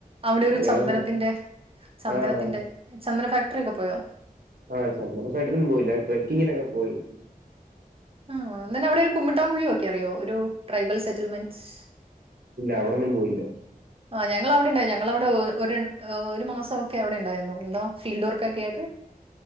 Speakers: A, on the right; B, on the right.
A: അവിടെ ഒരു
B: അങ്ങനെ
A: ചന്ദനത്തിന്റെ ചന്ദനത്തിന്റെ
B: ആഹ്
A: ചന്ദന ഫാക്ടറി ഒക്കെ പോയോ?
B: ആഹ് ചന്ദന ഫാക്ടറി പോയില്ല. ട്രക്കിങ്ങിന് ഒക്കെ പോയി.
A: ആ എന്നന്നെ അവിടെ ഒരു കുമ്മിട്ടാം കുഴിയ ഒക്കെ അറിയോ ഒരു ട്രൈബൽ സെറ്റിൽമെന്റ്സ്.
B: അവിടെ ഒന്നും പോയില്ല.
A: ആ ഞങ്ങള് അവിടെ ഇണ്ടായി ഞങ്ങളവിടെ ഒര് ണ്ണ ഒരു മാസം ഒക്കെ അവിടെ ഇണ്ടായിരുന്നു എന്താ ഫീൽഡ് വർക്ക് ഒക്കെ ആയിട്ട്